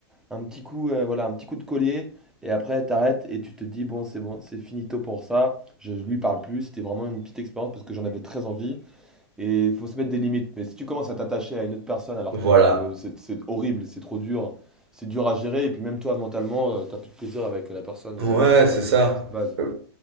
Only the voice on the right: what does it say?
Voilà.
Ouais, c'est ça.
Euh,